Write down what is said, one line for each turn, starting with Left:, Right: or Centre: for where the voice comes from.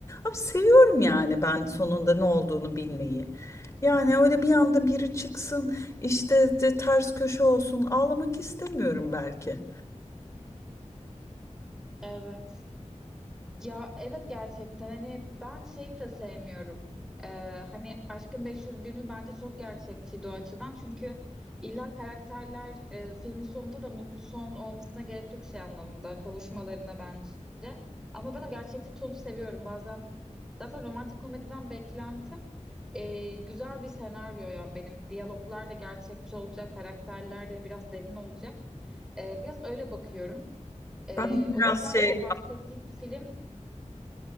Left: Abi seviyorum yani ben sonunda ne olduğunu bilmeyi. Yani öyle bir anda biri çıksın işte de ters köşe olsun ağlamak istemiyorum belki.
Centre: Evet. Ya evet gerçekten hani ben şeyi de sevmiyorum. Ee, hani Aşkın 500 günü bence çok gerçekçiydi o açıdan. Çünkü illa karakterler e, filmin sonunda da mutlu son olmasına gerek yok şey anlamında kavuşmalarına bence. Ama ben o gerçekçi tonu seviyorum bazen. Zaten romantik komediden beklentim e, güzel bir senaryo ya benim. Diyaloglar da gerçekçi olacak, karakterler de biraz derin olacak. E, biraz öyle bakıyorum. Ee,
Left: Ben biraz
Centre: o yüzden
Left: şey
Centre: o bahsettiğim film